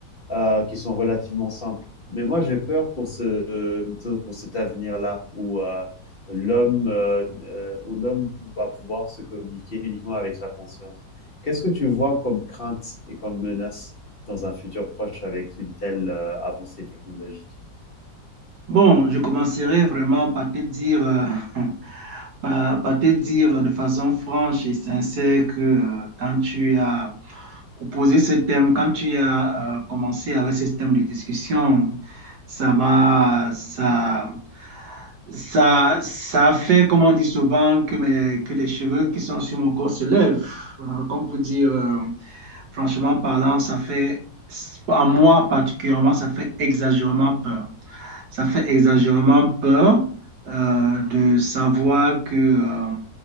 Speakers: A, on the left; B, on the right.
A: euh, qui sont relativement simples. Mais moi, j'ai peur pour, ce, euh, pour cet avenir-là où euh, l'homme euh, euh, où l'homme va pouvoir se communiquer uniquement avec sa conscience. Qu'est-ce que tu vois comme crainte et comme menace dans un futur proche avec une telle euh, avancée technologique
B: Bon, je commencerai vraiment par te dire, euh, <laughs> par, par te dire de façon franche et sincère que euh, quand tu as proposé ce thème, quand tu as euh, commencé avec ce thème de discussion, ça m'a, ça, ça, ça a fait, comme on dit souvent, que, mes, que les cheveux qui sont sur mon corps se lèvent. Euh, Comme pour dire, euh, franchement parlant, ça fait, à moi particulièrement, ça fait exagérément peur ça fait exagérément peur euh, de savoir que euh,